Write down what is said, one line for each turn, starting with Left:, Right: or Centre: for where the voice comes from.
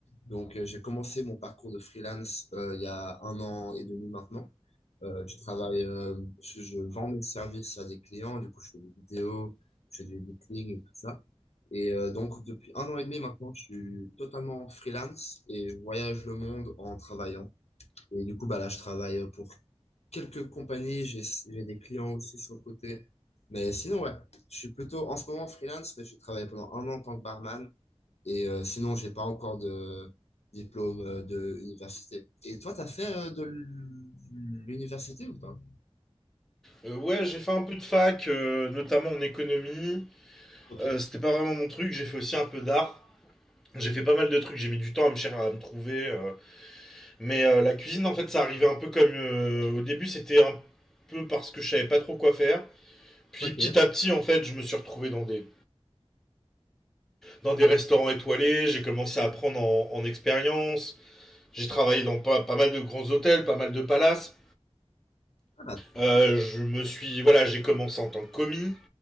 Left: Donc, euh, j'ai commencé mon parcours de freelance euh, il y a un an et demi maintenant. Euh, je travaille, euh, je, je vends mes services à des clients. Du coup, je fais des vidéos, je fais du editing et tout ça. Et euh, donc, depuis un an et demi maintenant, je suis totalement freelance et je voyage le monde en travaillant. Et du coup, bah là, je travaille pour quelques compagnies. J'ai, j'ai des clients aussi sur le côté. Mais sinon, ouais, je suis plutôt en ce moment freelance, mais j'ai travaillé pendant un an en tant que barman. Et euh, sinon, j'ai pas encore de diplôme euh, de université. Et toi, t'as fait euh, de l'université ou pas?
Centre: Euh, ouais, j'ai fait un peu de fac, euh, notamment en économie.
Left: Ok.
Centre: Euh, c'était pas vraiment mon truc, j'ai fait aussi un peu d'art. J'ai fait pas mal de trucs, j'ai mis du temps à me cher- à me trouver. euh, Mais euh, la cuisine, en fait, ça arrivait un peu comme euh, au début, c'était un peu parce que je savais pas trop quoi faire. Puis
Left: Ok.
Centre: petit à petit, en fait, je me suis retrouvé dans des, dans des restaurants étoilés, j'ai commencé à prendre en, en expérience, j'ai travaillé dans pas, pas mal de grands hôtels, pas mal de palaces.
Left: Ah, c'est
Centre: Euh,
Left: cool.
Centre: je me suis, voilà, j'ai commencé en tant que commis,